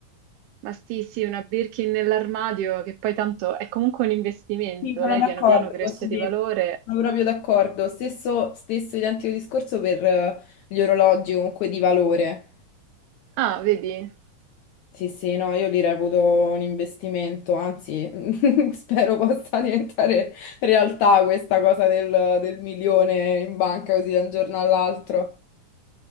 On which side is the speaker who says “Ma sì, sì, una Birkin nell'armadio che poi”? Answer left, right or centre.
Right